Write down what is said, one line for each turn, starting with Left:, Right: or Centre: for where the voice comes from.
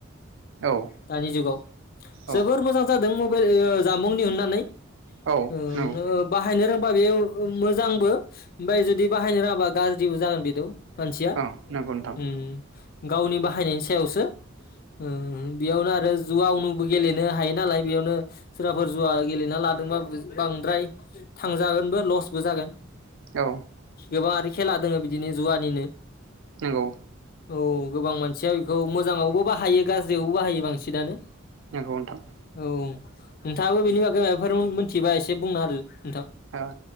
Right: औ
Left: दानि जुगाव
Right: औ
Left: जोबोर मोजां जादों <unintelligible> जानबुं दिहुन्नानै
Right: औ
Left: ओ
Right: नंगौ
Left: मो बा बाहायनो रोंबा बे मोजांबो ओमफ्राय जुदि बाहायनो रोङाबा गाज्रिबो जागोन बेदि मानसिया
Right: औ नंगौ नोंथां
Left: उम गावनि बाहायनायनि सायावसो
Right: <inaudible>
Left: ओ बेयावनो आरो जुवानुबो गेलेनो हायो नालाय बेयावनो सोरबाफोर जुवा गेलेना लादों- बांद्राय थांजागोनबो लसबो जागोन
Right: औ
Left: गोबाङ आरो खेला दङ बिदिनो जुवानिनो
Right: नंगौ
Left: औ गोबां मानसिया बेखौ मोजाङावबो बाहायो गाज्रियावबो बाहायो बांसिनानो
Right: नंगौ नोंथां
Left: औ नोंथाङाबो बेनि बागै माबाफोर मिथिबा एसे बुंना होदो नोंथां
Right: ओ <unintelligible>